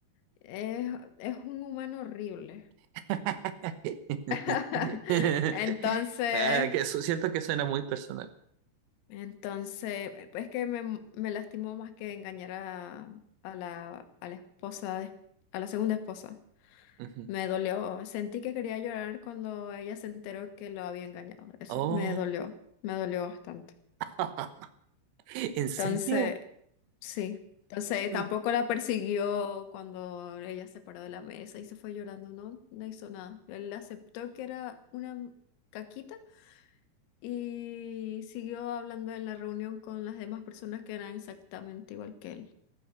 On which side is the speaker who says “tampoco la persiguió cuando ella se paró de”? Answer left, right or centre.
Left